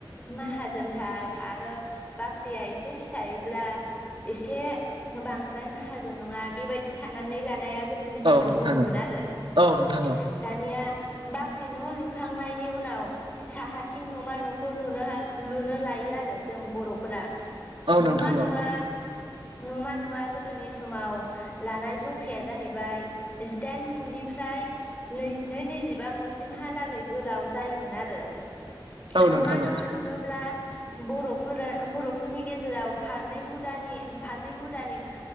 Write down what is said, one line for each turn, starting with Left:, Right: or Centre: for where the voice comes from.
Left: माहाजोनथार आरो बाख्रिया एसे फिसायोब्ला एसे बांद्राय माहाजोन नङा बेबायदि साननानै लानाया गोदोनि समाव
Right: औ नोंथां
Left: दङमोन
Right: औ
Left: आरो।
Right: औ नोंथां
Left: <inaudible>
Right: औ
Left: दानिया बाख्रि न' लुखांनायनि उनाव साहाथिं न'मा न' खौ लुनो हा लुनो लायो आरो जों बर'फोरा
Right: औ
Left: न'मा
Right: नोंथां औ
Left: न'वा न'मा न'वा गोदोनि समाव लानाय जखाया जाहैबाय जिदाइन मुनिफ्राय नैजिनै नैजिबा मुसिमहालागै गोलाव जायोमोन आरो।
Right: औ
Left: न'मा
Right: नोंथां
Left: न'
Right: औ
Left: लुनोब्ला बर'फोरा बर'फोरनि गेजेराव फारनै मुदानि फारनै मुदानि